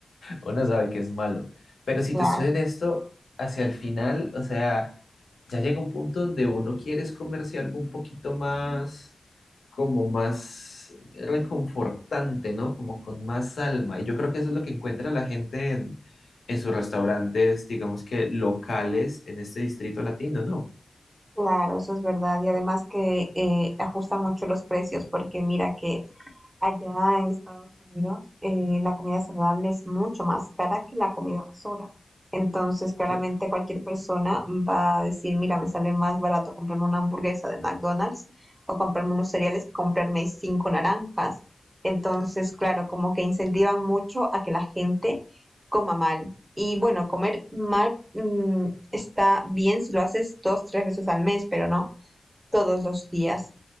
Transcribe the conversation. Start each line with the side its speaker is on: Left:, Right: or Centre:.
Left: uno sabe que es malo. Pero si
Right: claro,
Left: te soy honesto, hacia el final, o sea, ya llega un punto donde uno quiere es comerse algo un poquito más, como más reconfortante, ¿no? Como con más alma. Y yo creo que eso es lo que encuentra la gente en, en sus restaurantes, digamos que locales en este distrito latino, ¿no?
Right: claro, eso es verdad. Y además que eh, ajustan mucho los precios porque mira que Allá en Estados Unidos, eh, la comida saludable es mucho más cara que la comida basura. Entonces, claramente
Left: Claro,
Right: cualquier persona va a decir, mira, me sale más barato comprarme una hamburguesa de McDonald's o comprarme unos cereales que comprarme cinco naranjas. Entonces, claro, como que incentivan mucho a que la gente coma mal. Y bueno, comer mal, mm, está bien si lo haces dos, tres veces al mes, pero no todos los días.